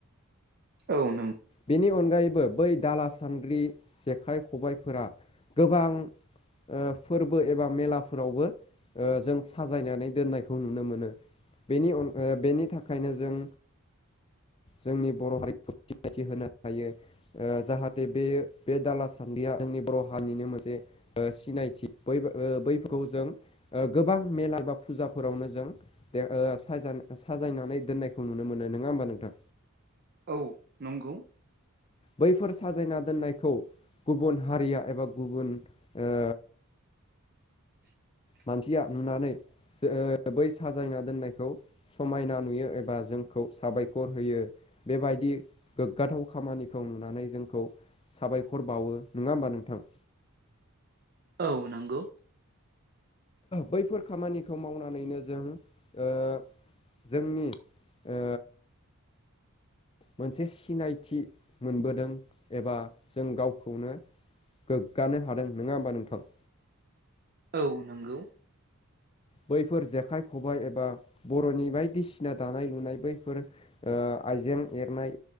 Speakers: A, on the right; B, on the left.
A: औ नों
B: बेनि अनगायैबो बै दाला सानद्रि जेखाइ खबाइफोरा गोबां ओ फोरबो एबा मेलाफोरावबो ओ जों साजायनानै दोननायखौ नुनो मोनो। बेनि अन ओ बेनि थाखायनो जों जोंनि बर' हारिखौ सिनायथि होनो हायो ओ जाहाथे बे बे दाला सान्द्रिया जोंनि बर' हारिनिनो मोनसे ओ सिनायथि बैफोर बैफोराव जों ओ गोबां मेला बा फुजाफोरावनो जों दे ओ साजाय साजायनानै दोननायखौ नुनो मोनो नोङा होमबा नोंथां
A: औ नंगौ औ नंगौ
B: बैफोर साजायना दोननायखौ गुबुन हारिया एबा गुबुन ओ
A: <inaudible>
B: मानसिया नुनानै जो ओ बै साजायना दोननायखौ समायना नुयो एबा जोंखौ साबायखर होयो बेबायदि गोग्गाथाव खामानिखौ नुनानै जोंखौ साबायखर बावो नोङा होमबा नोंथां
A: औ नंगौ
B: बैफोर खामानिखौ मावनानैनो जों ओ जोंनि ओ मोनसे सिनायथि मोनबोदों एबा जों गावखौनो गोग्गानो हादों नोङा होमबा नोंथां?
A: औ नंगौ
B: बैफोर जेखाइ खबाय एबा बर'नि बायदिसिना दानाय लुनाय बैफोर ओ आइजें एरनाय